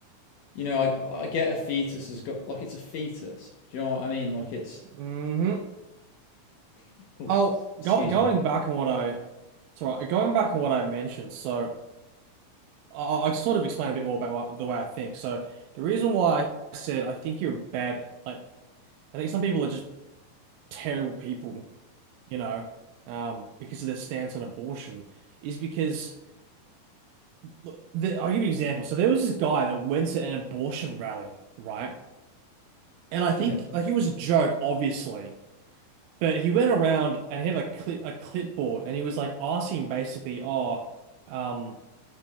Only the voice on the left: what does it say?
you know, I I get a fetus has got like it's a fetus. Do you know what I mean? Like it's
oh,
excuse
me.
Yeah,